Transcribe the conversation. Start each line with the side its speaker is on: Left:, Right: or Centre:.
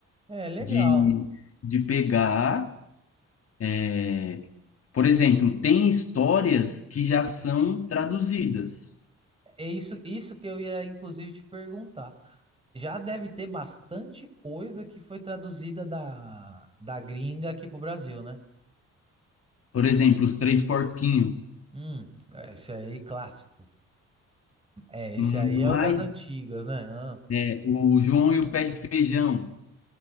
Right: é legal.
Left: de, de pegar É, por exemplo, tem histórias que já são traduzidas.
Right: É isso, isso que eu ia inclusive te perguntar. Já deve ter bastante coisa que foi traduzida da, da gringa aqui pro Brasil, né?
Left: Por exemplo, Os Três Porquinhos.
Right: Hum, esse aí clássico. É, esse
Left: Mas
Right: aí é o das antigas, né? Ah,
Left: é, o João e o Pé de Feijão.